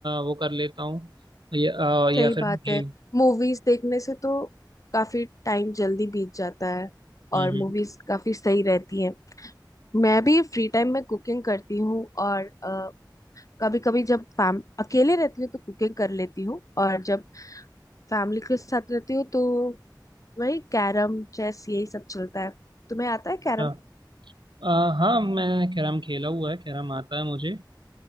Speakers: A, on the right; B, on the left.
A: वो कर लेता हूँ या अ, या
B: सही
A: फिर
B: बात
A: गेम
B: है मूवीज देखने से तो काफी टाइम जल्दी बीत जाता है
A: हम्म
B: और मूवीज
A: हम्म
B: काफी सही रहती हैं मैं भी फ्री टाइम में कुकिंग करती हूँ और कभी कभी जब फैम अकेले रहती हूँ तो कुकिंग कर लेती हूँ और जब फैमिली के साथ रहती हूँ तो वही कैरम चेस यही सब चलता है तुम्हें आता है कैरम
A: हाँ। अ, हाँ मैंने कैरम खेला हुआ है कैरम आता है मुझे